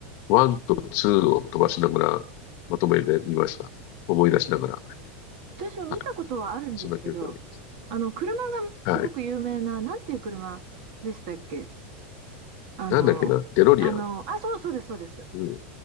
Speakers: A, on the left; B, on the right.
A: ワンとツーを飛ばしながらまとめで見ました。思い出しながら。
B: 私は見たことはあるんですけど、
A: はい。そんな記憶があります。
B: あの、車がすごく有名な、
A: はい。
B: なんていう車でしたっけあの、
A: なんだっけな、デロリアン。
B: あの、あ、そう、そうです、そうです。
A: うん。